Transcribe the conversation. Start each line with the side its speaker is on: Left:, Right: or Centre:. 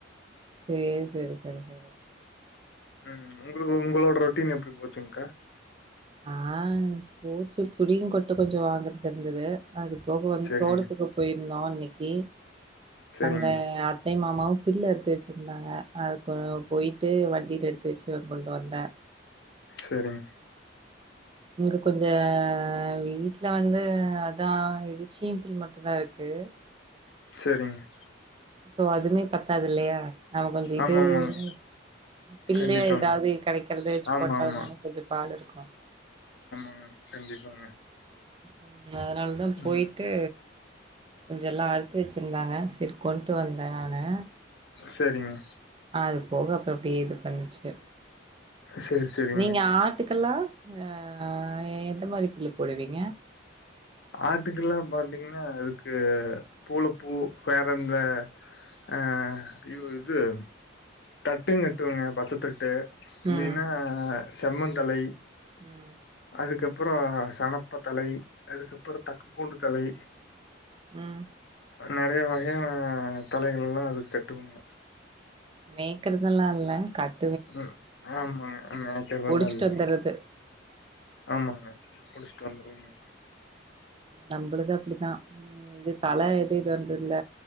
Right: சேரி செரி செரி செரி
Left: உம் உங்களுக்கு உங்களோட ரொட்டீன் எப்படி போச்சுங்க்கா
Right: ஆஹ் பூச்சு புடியும் கொட்டு கொஞ்சம் வாங்குறது இருந்தது அது போக வந்து
Left: சரிங்க
Right: தோட்டத்துக்கு போயிருந்தோம் இன்னைக்கு
Left: சரிங்க
Right: அங்க என் அத்தையும் மா மாவும் புல்லு அறுத்து வச்சிருந்தாங்க அது கொ போயிட்டு வண்டியில எடுத்து வச்சு கொண்டு வந்தேன்
Left: சரிங்க
Right: இங்க கொஞ்சம் வீட்டு்ல வந்து அதான் இது சீம்பிள் மட்டும்தான் இருக்கு பே
Left: சரிங்க
Right: சோ அதுமே பத்தாது இல்லையா நாம கொஞ்சம் இதுவுமே
Left: ஆமா ஆமாங்க
Right: பில்லு
Left: கண்டிப்பாங்க
Right: ஏதாவது கிடைக்கிறது வச்சு
Left: ஆமா
Right: போட்டாலும்
Left: ஆமா
Right: தானே கொஞ்சம் பால் இருக்கும்
Left: உ கண்டிப்பாங்க
Right: உம் அதனாலதான் போயிட்டு
Left: ம்.
Right: கொஞ்சம் எல்லாம் அறுத்து வச்சிருந்தாங்க சேரி கொண்டு வந்தேன் நானு
Left: சரிங்க
Right: அது போக அப்புறம் பேது பண்ணுச்சுங்க
Left: சரி, சரிங்க.
Right: நீங்க ஆட்டுக்கெல்லாம் அஹ் அஹ் எந்த மாதிரி புல்லு போடுவீங்க
Left: ஆட்டுக்கெல்லாம் பாத்தீங்கன்னா அதுக்கு பூளப்பூ வேற எந்த அஹ் இ இது தட்டும் கட்டுவாங்க பச்சத்தட்டு இல்லைன்னா
Right: ம்
Left: செம்மந்தழை
Right: ம்
Left: அதுக்கப்புறம் சணப்ப தழை அதுக்கப்புறம் தக்கு பூண்டு தழை
Right: உஹ்
Left: நெறைய வகையான தழைகள் எல்லாம் அது கட்டுவாங்க
Right: மேய்க்குறதெல்லாம் இல்ல கட்
Left: உம் ஆமா மேய்க்குறதுல்லாம்
Right: ஒடிச்சிட்டு
Left: இல்லங்க
Right: வந்துறது
Left: ஆமாங்க முடிச்சுட்டு வந்துருவோங்க
Right: நம்மளது அப்டித்தான் ம் இது தல எது இதுன்னு தெரில